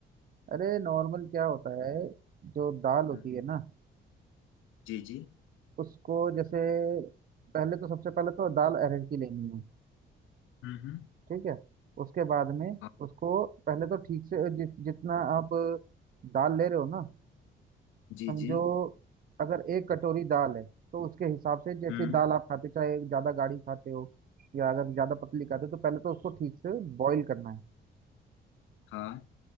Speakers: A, on the right (about 45°); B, on the left (about 80°).
A: अरे नॉर्मल क्या होता है जो दाल होती
B: हम्म,
A: है ना
B: जी जी
A: उसको जैसे पहले तो सबसे पहले तो दाल अरहर की लेनी है
B: हम्म हम्म
A: ठीक है उसके बाद में
B: हाँ
A: उसको पहले तो ठीक से जि, जितना आप दाल ले रहे हो ना
B: जी
A: समझो
B: जी
A: अगर एक कटोरी दाल है तो उसके हिसाब से जैसे
B: हम्म
A: दाल आप खाते चाहे ज्यादा गाढ़ी खाते हो या अगर ज्यादा पतली खाते हो तो पहले तो उसको ठीक से बॉईल करना है
B: हाँ